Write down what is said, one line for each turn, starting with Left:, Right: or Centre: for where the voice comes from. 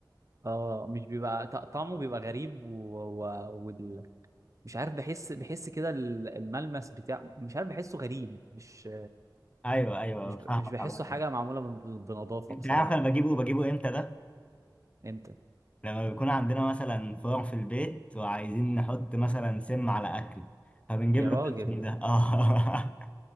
Right: اه مش بيبقى ط- طعمه بيبقى غريب و... و... وال... مش عارف بحس بحس كده ال- الملمس بتاع مش عارف بحسه غريب مش
Left: ايوه ايوه
Right: مش ب...
Left: فاهمك
Right: مش بحسه
Left: عامة
Right: حاجة معمولة من... ب- بنظافة
Left: انت
Right: بصراحة
Left: عارف انا بجيبه بجيبه امتى ده؟
Right: انت
Left: لما بيكون عندنا مثلا فار في البيت وعايزين نحط مثلا سم على اكل فبنجيب
Right: يا
Left: له
Right: راجل
Left: السم ده اه